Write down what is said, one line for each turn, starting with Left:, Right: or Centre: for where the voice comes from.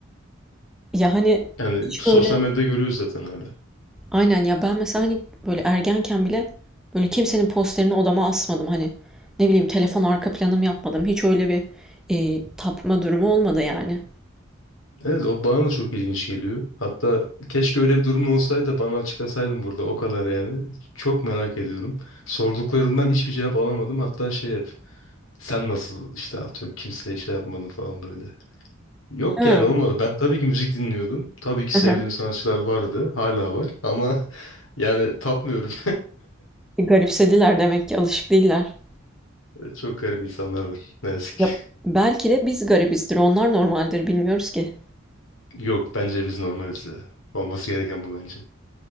Centre: Ya hani
Left: Yani
Centre: hiç
Left: sosyal
Centre: böyle
Left: medyada görüyoruz zaten öyle.
Centre: aynen ya ben mesela hani böyle ergenken bile böyle kimsenin posterini odama asmadım. Hani ne bileyim telefon arka planım yapmadım. Hiç öyle bir e, tapma durumu olmadı yani.
Left: Evet o bana da çok ilginç geliyor. Hatta keşke öyle bir durum olsaydı da bana açıklasaydın burada o kadar yani. Çok merak ediyorum. Sorduklarımdan hiçbir cevap alamadım. Hatta şey hep sen nasıl işte atıyorum kimseye şey yapmadın falan böyle. Yok
Centre: Ha.
Left: yani olmadı. Ben tabii ki müzik dinliyordum. Tabii ki
Centre: aha.
Left: sevdiğim sanatçılar vardı. Hala var. Ama <laughs> yani tapmıyorum.
Centre: E, Garipsediler demek ki alışık değiller.
Left: <laughs> Çok garip insanlar var. Ne yazık ki.
Centre: Ya belki de biz garibizdir, onlar normaldir bilmiyoruz ki.
Left: Yok bence biz normaliz ya. Olması gereken bu bence.